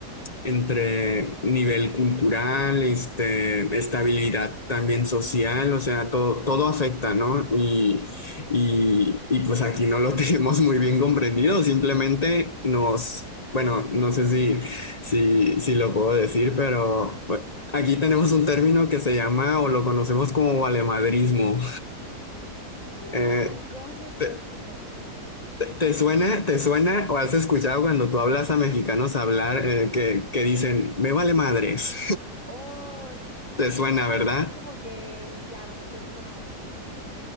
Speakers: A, on the left; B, on the left.
A: entre nivel cultural, este, estabilidad también social, o sea, todo,
B: Mm,
A: todo afecta, ¿no? Y,
B: sí.
A: y, y pues aquí no lo <laughs> tenemos muy bien comprendido, simplemente nos, bueno, no sé si, si, si lo puedo decir, pero bueno, aquí tenemos un término que se llama o lo conocemos como valemadrismo.
B: ¿Ya?
A: Eh,
B: ¿Y cómo es eso?
A: te,
B: Explícame. <laughs>
A: te- te suena, te suena o has escuchado cuando tú hablas a mexicanos hablar eh, que, que dicen, me vale madres?
B: Oh, sí.
A: Te suena, ¿verdad?
B: Así como que ya no me interesa nada, ¿sí?